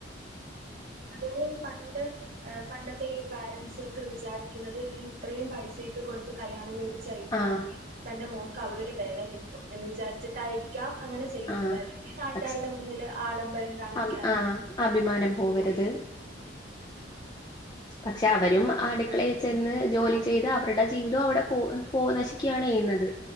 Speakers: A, on the right; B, on the left.
A: അതുപേലെ ഈ പണ്ട് - പണ്ടത്തെ ഈ പാരൻസൊക്കെ വിചാരിക്കുന്നത് ഈ ഇത്രയും പൈസയൊക്കെ കൊടുത്ത് കല്യാണം കഴിപ്പിച്ച
B: ആഹ്
A: യാണെങ്കിൽ തന്റെ മോക്ക് അവിടെ ഒരു വെല കിട്ടും എന്ന് വിചാരിച്ചിട്ടായിരിക്കും. ക്കാം അങ്ങനെ ചെയ്യുന്നത്
B: ആഹ്
A: അല്ലെങ്കിൽ നാട്ടുകാരുടെ
B: പക്ഷെ
A: മുന്നില് ആഡംബരം കാണിക്കാനും.
B: അം ആഹ് അഭിമാനം പോവരുത്. പക്ഷെ അവരും അടുക്കളയിൽ ചെന്ന് ജോലി ചെയ്ത് അവരുടെ ജീവിതവും അവിടെ പോവ പോ നശിക്കുകയാണ് ചെയ്യുന്നത്